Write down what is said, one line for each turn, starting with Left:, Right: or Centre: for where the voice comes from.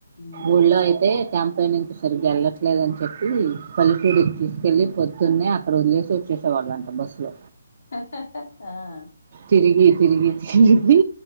Left: మ్మ్
Right: ఊళ్లో అయితే క్యాం పైనింగ్ కీ సరిగగా వెళ్లట్లేదుని చెప్పి పల్లెటూరికి
Left: మ్మ్
Right: తీసుకెళ్లి పొద్దున్నే అక్క అక్కడ వదిలేసి వచ్చారంటా బస్సు లో
Left: హ
Right: తిరిగి తిరిగి తిరిగి